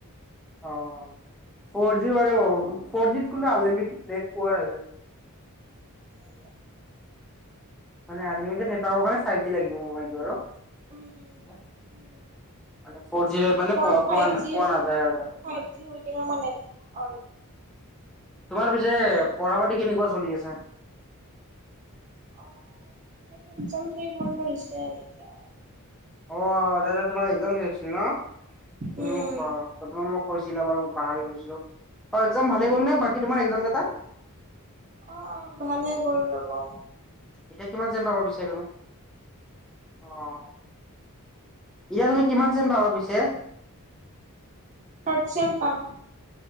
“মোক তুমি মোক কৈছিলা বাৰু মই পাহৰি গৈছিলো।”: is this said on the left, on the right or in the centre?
Centre